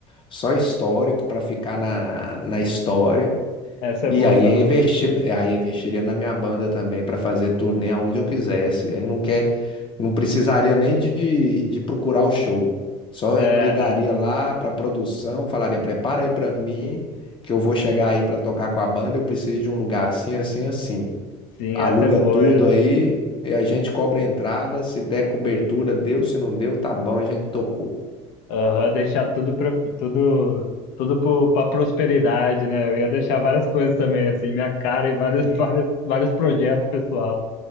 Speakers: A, on the left; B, on the left.
A: só histórico para ficar na, na história.
B: Essa é
A: E
B: boa
A: aí
B: também.
A: eu investi, aí eu investiria na minha banda também para fazer turnê aonde eu quisesse. Aí não quer, não precisaria nem de, de procurar o show. Só
B: É,
A: eu ligaria
B: é.
A: lá para a produção, falaria: prepara aí para mim, que eu vou chegar aí para tocar com a banda. Eu preciso de um lugar assim, assim, assim.
B: Sim,
A: Aluga
B: essa é boa.
A: tudo
B: E-
A: aí
B: e-
A: e a gente cobra a entrada. Se der cobertura, deu. Se não deu, tá bom, a gente tocou.
B: Aham, deixar tudo pra, tudo, tudo pro, pra prosperidade, né? Eu ia deixar várias coisas também, assim, minha cara e vários, <laughs> vários, vários projetos pessoal.